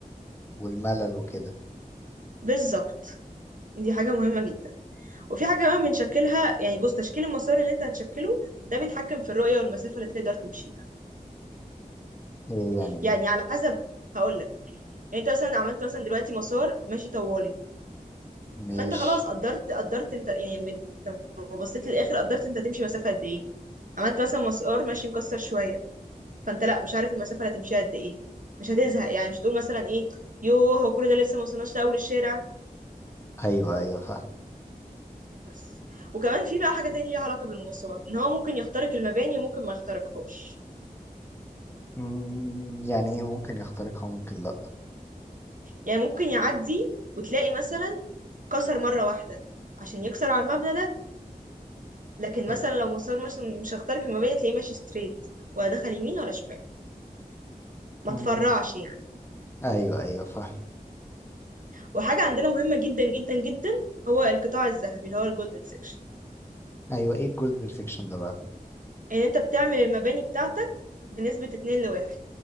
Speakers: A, on the left; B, on the right.
A: والملل وكده
B: بالظبط دي حاجه مهمه جدا وفي حاجه كمان بنشكلها يعني بص تشكيل المسار اللي انت هتشكله ده بيتحكم في الرؤيه والمسافه اللي تقدر تمشيها
A: ايه يعني
B: يعني
A: ايه
B: على حسب هقول لك يعني انت مثلا عملت مثلا دلوقتي مسار ماشي طوالي
A: ماشي
B: فانت خلاص قدرت قدرت انت يعني من- لما بصيت للاخر قدرت انت هتمشي مسافه قد ايه عملت مثلا مسار ماشي مكسر شويه فانت لا مش عارف المسافه اللي هتمشيها قد ايه مش هتزهق يعني مش هتقول مثلا ايه يوه هو كل ده لسه ما وصلناش لاول الشارع
A: ايوه ايوه فاهم
B: بس وكمان في بقى حاجه تانية ليها علاقه بالمسار ان هو ممكن يخترق المباني وممكن ما يخترقهاش
A: مم، يعني ايه ممكن يخترقها ممكن لا
B: يعني ممكن يعدي وتلاقي مثلا كسر مره واحده عشان يكسر على المبنى ده لكن مثلا
A: إيه؟
B: لو مسار مش مش هخترق المباني تلاقيه ماشي ستريت ولا دخل يمين ولا شمال ما
A: مم،
B: تفرعش يعني
A: ايوه ايوه فاهم
B: وحاجة عندنا مهمة جدا جدا جدا هو القطاع الذهبي اللي هو الجولدن سيكشن
A: ايوه ايه الجولد انفكشن ده بقى
B: ان انت بتعمل المباني بتاعتك بنسبة اتنين لواحد